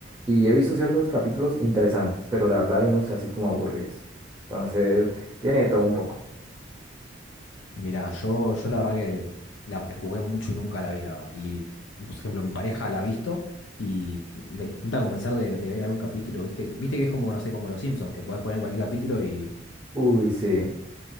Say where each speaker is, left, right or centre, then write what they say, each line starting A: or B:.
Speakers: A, on the right; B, on the left.
A: Y he visto ciertos capítulos interesantes, pero la verdad hay unos así como aburridos. Entonces, tiene de todo un poco.
B: Mirá, yo, yo la verdad que la prejuzgué mucho y nunca la vi, la verdad. Y, por ejemplo, mi pareja la ha visto y me intenta convencer de, de ver algún capítulo, ¿viste? Viste que es como, no sé, como Los Simpsons, que podés poner cualquier capítulo y...
A: Uy, sí,